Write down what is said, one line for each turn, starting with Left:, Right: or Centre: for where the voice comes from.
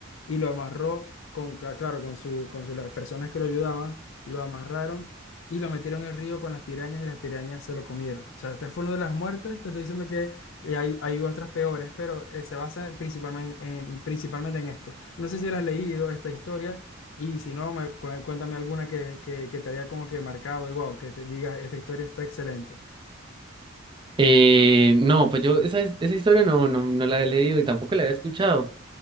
Left: y lo amarró con, ca- claro, con su, con su- las personas que lo ayudaban, lo amarraron y lo metieron en el río con las pirañas y las pirañas se lo comieron. O sea, este fue uno de las muertes, te estoy diciendo que eh, hay, hay otras peores, pero eh, se basa principalmente en, principalmente en esto. No sé si has leído esta historia y si no, me, cu- cuéntame alguna que, que, que te haya como que marcado y wow, que te diga, esta historia está excelente.
Right: Eh, no, pues yo esa, esa historia no, no, no la había leído y tampoco la había escuchado,